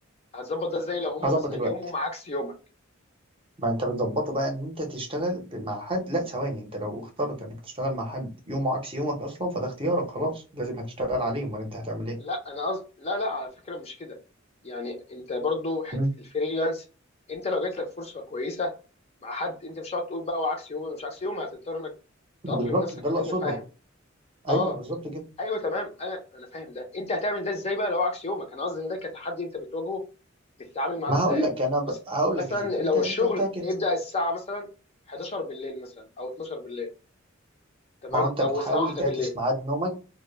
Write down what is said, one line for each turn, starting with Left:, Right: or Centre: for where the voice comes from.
Left: هتظبط ده ازاي لو هم
Right: هظبط
Left: مثلا
Right: الوقت
Left: يومهم عكس يومك
Right: ما انت بتظبطه بقى ان انت تشتغل ب- مع حد لا ثواني انت لو اخترت انك تشتغل مع حد يومه عكس يومك اصلا فده اختيارك خلاص لازم هتشتغل عليه امال انت هتعمل ايه
Left: لا انا قصد لا لا على فكره مش كده يعني انت برضو حته
Right: مم.
Left: الفريلانس انت لو جات لك فرصه كويسه مع حد انت مش هتقعد تقول بقى وعكس يومي ولا مش عكس يومي هتضطر انك تأقلم
Right: بالظبط
Left: نفسك
Right: ده اللي
Left: على
Right: اقصده
Left: ان فاهم اه
Right: ايوه بالظبط كده
Left: ايوه تمام انا انا فاهم ده انت هتعمل ده ازاي بقى لو هو عكس يومك انا قصدي ان ده كتحدي انت بتواجهه بتتعامل معاه
Right: ما
Left: ازاي
Right: هقول لك انا ب...
Left: مس-
Right: هقول
Left: مثلا
Right: لك يا سيدي انت
Left: لو
Right: انت
Left: الشغل
Right: بتعكس
Left: هيبدأ الساعة مثلا 11 بالليل مثلا او 12 بالليل تمام
Right: ما هو انت
Left: او
Right: بتحاول
Left: الساعة 1
Right: تعكس
Left: بالليل
Right: ميعاد نومك